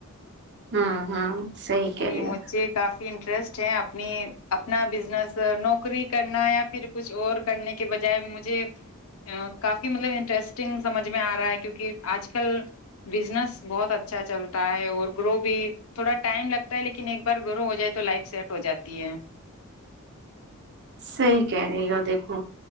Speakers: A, on the right (about 50°); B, on the left (about 70°).
A: ہوں ہوں صحیح
B: کیکہ
A: کہہ رہی ہو
B: مجھے کافی انٹرسٹ اپنی اپنا بزنس نوکری کرنا یا پھر کچھ اور کرنے کے بجائے مجھے کافی مطلب انٹرسٹنگ سمجھ میں آ رہا ہے کیوںکہ آج کل بزنس بہت اچھا چلتا ہے اور گرو بھی تھوڑا ٹائم لگتا ہے لیکن ایک بار گرو ہو جائے تو لائف سیٹ ہو جاتی ہے
A: صحی کہہ رہے گ دیکھو